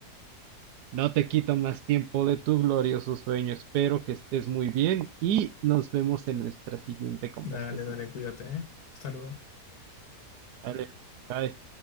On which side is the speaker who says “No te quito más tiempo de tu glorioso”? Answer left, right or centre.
Right